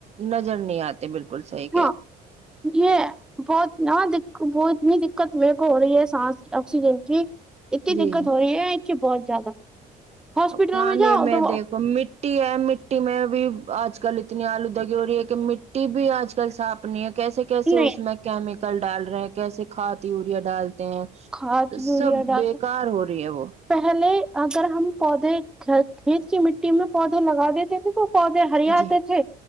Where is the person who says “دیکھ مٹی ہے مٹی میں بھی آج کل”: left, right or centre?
Right